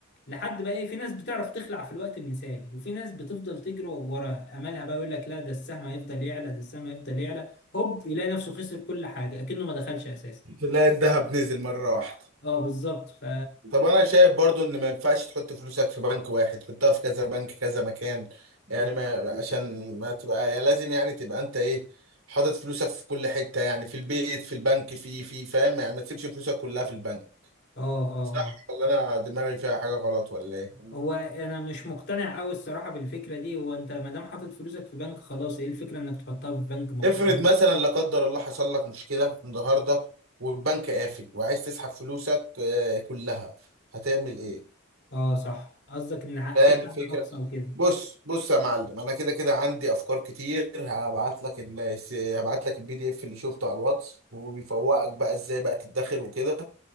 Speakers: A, on the left (about 50°); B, on the right (about 80°).
A: لحد بقى ايه في ناس بتعرف تخلع في الوقت المثالي وفي ناس بتفضل تجري ورا املها بقى يقول لك لا ده السهم هيفضل يعلى ده السهم هيفضل يعلى هوب يلاقي نفسه خسر كل حاجه اكنه ما دخلش اساسا
B: تلاقي الذهب نزل مره واحده
A: اه بالظبط ف
B: طب انا شايف برضو ان ما ينفعش تحط فلوسك في بنك واحد تحطها في كذا بنك كذا مكان يعني ما عشان ما تبقى يعني لازم يعني تبقى انت ايه حاطط فلوسك في كل حته يعني في البيت في البنك في في فاهم يعني ما تسيبش فلوسك كلها في البنك
A: اه اه
B: صح
A: اه
B: ولا انا دماغي فيها حاجه غلط ولا ايه
A: هو انا مش مقتنع قوي الصراحه بالفكره دي هو انت ما دام حاطط فلوسك في بنك خلاص ايه الفكره انك تحطها في بنك مختلف
B: افرض مثلا لا قدر الله حصل لك مشكلة النهاردة والبنك قافل وعايز تسحب فلوسك آه، كلها هتعمل ايه؟
A: اه صح قصدك ان ع-
B: فاهم
A: في حد
B: الفكرة؟
A: اقصى وكده
B: بص بص يا معلم انا كده كده عندي افكار كتير هبعت لك ال- الس- هبعت لك البي دي اف اللي شفته على الواتس وبيفوقك بقى ازاي بقى تدخر وكده